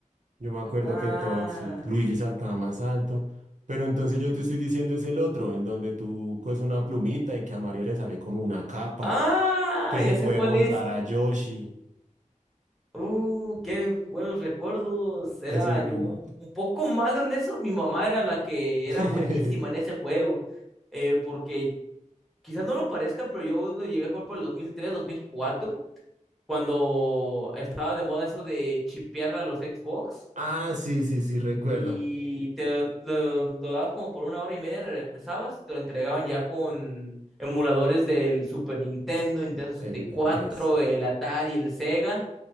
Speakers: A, on the right (about 65°); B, in the centre.
A: Yo me acuerdo
B: Ah,
A: que todo, sí, Luigi saltaba más alto. Pero entonces yo te estoy diciendo es el otro, en donde tú coges una plumita y que a Mario le sale como una capa,
B: ah,
A: que se
B: ya
A: puede
B: sé cuál
A: montar
B: es. Sí.
A: a Yoshi.
B: Uh, qué buenos recuerdos. Era
A: Ese juego.
B: yo un un poco malo en eso. Mi mamá era la que
A: <laughs>
B: era buenísima en ese juego. Eh, porque quizás no lo parezca, pero yo lo llegué a jugar por el dos dos mil tres, dos mil cuatro, cuando estaba de moda eso de chipear a los Xbox.
A: Ah, sí, sí, sí, recuerdo.
B: y te lo, lo dabas como por una hora y media, regresabas, te lo entregaban ya con emuladores del Super Nintendo, Nintendo 64,
A: El es.
B: el Atari, el Sega.